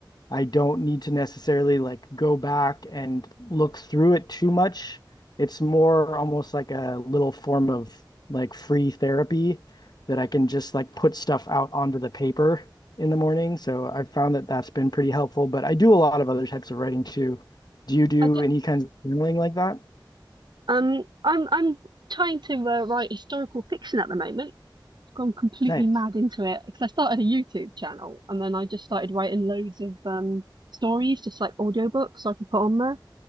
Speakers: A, on the left (about 55°); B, on the right (about 60°).
A: I don't need to necessarily like go back and look through it too much. It's more almost like a little form of like free therapy that I can just like put stuff out onto the paper in the morning. So I found that that's been pretty helpful, but I do a lot of other types of writing too. Do you do
B: I do,
A: any kinds of journaling like that?
B: um, I'm I'm trying to uh, write historical fiction at the moment. Gone completely
A: Nice.
B: mad into it because I started a YouTube channel and then I just started writing loads of um stories, just like audiobooks so I can put on there.